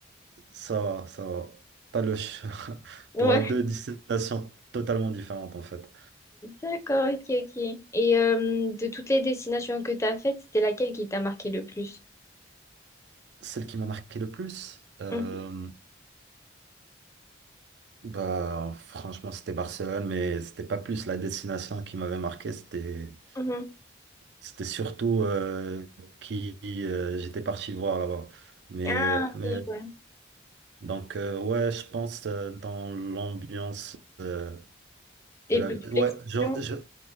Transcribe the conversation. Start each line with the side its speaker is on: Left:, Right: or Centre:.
Right: Ça va, ça va. T'as le... <laughs>
Left: Ouais,
Right: T'auras deux destinations totalement différentes en fait.
Left: d'accord, ok, ok. Et euh, de toutes les destinations que tu as faites, c'était laquelle qui t'a marqué le plus?
Right: Celle qui m'a marqué le plus, euh,
Left: Mhm,
Right: bah franchement c'était Barcelone, mais c'était pas plus la destination qui m'avait marqué, c'était
Left: mhm.
Right: c'était surtout euh, qui euh, j'étais parti voir là-bas. Mais
Left: Ah,
Right: mais
Left: ok, ouais.
Right: donc euh, ouais, je pense euh, dans l'ambiance euh,
Left: Et
Right: de la
Left: plutôt
Right: ouais,
Left: l'expérience.
Right: genre, je-